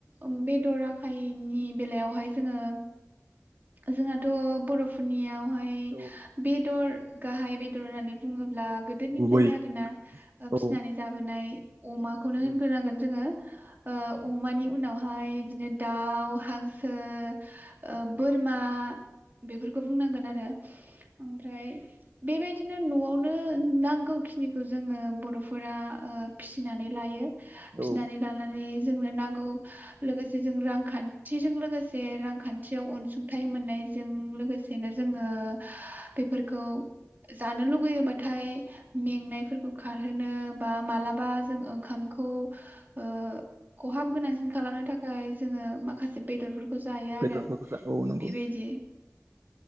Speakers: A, on the right; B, on the right.
A: ओम बेदर आखायनि बेलायावहाय जोंङो जोंहाथ' बर'फोरनियावहा नाय
B: औ
A: बेदर गाहाय बेदर होननानै बुंङो ब्ला गोदोनिफ्रायनो
B: गुबै
A: आरोना ओ फिसिनानै
B: औ
A: जाबोनाय अमा खौनो
B: औ
A: होनग्रोनांगोन जोंङो ओ अमानि उनावहाय दिनो दाव, हांसो ओ बोर मा बेफोरखौ बुंनांगोन आरो ओमफ्राय बे बायदिनो न'आवनो नांगौखिनिखौ जोंङो बर'फोरा ओ फिसिनानै लायो। फिसिनानै
B: औ
A: लानानै जोंनो नांगौ लोगोसे जों रांखान्थिजों लोगोसे रांखान्थियाव अनसुं थाइ मोननायजों लोगोसेनो जोंङो बेफोरखौ जानो लुुबैयोबाथाय मेंनायफोरखौ खारहोनो बा मालाबा जों ओंखामखौ ओ खहाब गोनांसिन खालामनो थाखाय जोंङो माखासे बेदरफोरखौ जायो आरो।
B: बेदरफोरखौ जा औ नंगौ
A: बेबायदि